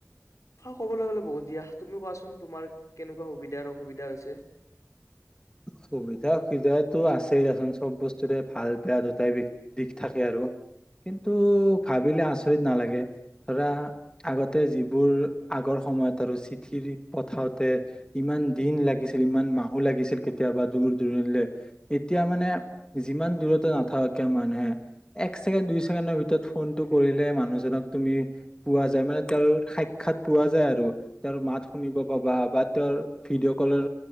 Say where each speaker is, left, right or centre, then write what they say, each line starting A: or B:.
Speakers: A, on the left; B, on the left.
A: ক'বলৈ গ'লে বহুত দিয়া তুমিও কোৱাচোন তোমাৰ কেনেকুৱা সুবিধা অসুবিধা হৈছে।
B: সুবিধা অসুবিধটো আছেই দেচোন চব বস্তুৰে ভাল বেয়া দুটাই বি দিশ থাকে আৰু কিন্তু ভাবিলে আচৰিত নালাগে ধৰা আগতে যিবোৰ আগৰ সময়ত আৰু চিঠি পঠাওতে ইমান দিন লাগিছিল ইমান মাহো লাগিছিল। কেতিয়াবা দূৰ দূৰণীলৈ এতিয়া মানে যিমান দূৰতে নাথাককে মানুহে এক ছেকেণ্ড দুই ছেকেণ্ডৰ ভিতৰত ফোনতটো কৰিলে মানুহজনক তুমি পোৱা যায় মানে তেওঁৰ সাক্ষাৎ পোৱা যায় আৰু তেওঁৰ মাত শুনিব পাবা বা তেওঁৰ ভিডিঅ' কলৰ